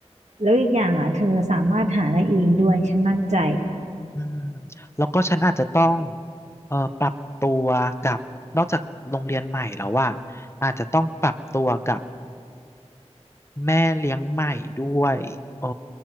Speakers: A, on the right; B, on the left.
A: แล้วอีกอย่างอ่ะเธอสามารถหาได้เองด้วยฉันมั่นใจ
B: อืมแล้วก็ฉันอาจจะต้องเอ่อปรับตัวกับนอกจากโรงเรียนใหม่แล้วว่าอาจจะต้องปรับตัวกับแม่เลี้ยงใหม่ด้วยเออ